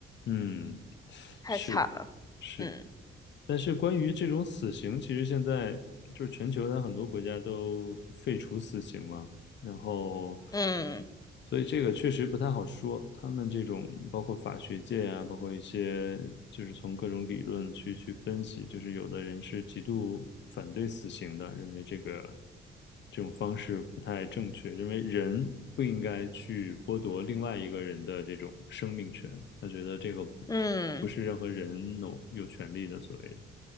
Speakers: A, on the left; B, on the left.
A: 嗯，
B: 太惨了。
A: 是是，
B: 嗯
A: 但是关于这种死刑，其实现在就是全球它很多国家都废除死刑嘛，然后，
B: 嗯
A: 所以这个确实不太好说。他们这种包括法学界啊，包括一些就是从各种理论去去分析，就是有的人是极度反对死刑的，认为这个这种方式不太正确，认为人不应该去剥夺另外一个人的这种生命权，他觉得这个不。
B: 嗯，
A: 不是任何人有有权利的所谓的，